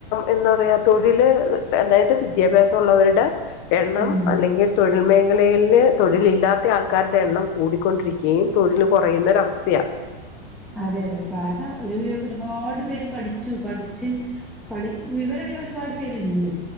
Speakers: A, on the left; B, in the centre.
A: എന്താ പറയാ തൊഴില് അതായത്- വിദ്യാഭ്യാസം ഉള്ളവരുടെ എണ്ണം
B: ഉം
A: അല്ലെങ്കിൽ- തൊഴിൽ മേഖലയിൽ തൊഴിലില്ലാത്ത ആൾക്കാരുടെ എണ്ണം കൂടിക്കൊണ്ടിരിക്കുകയും തൊഴിൽ കൊറയുന്നൊരവസ്ഥയ <inaudible>
B: അതെ അതെ കാരണം ഒരു ഒരുപാട് പേര് പഠിച്ചു പഠി- ച്ച് പഠി വിവരമുള്ള ഒരുപാട് പേരുണ്ട്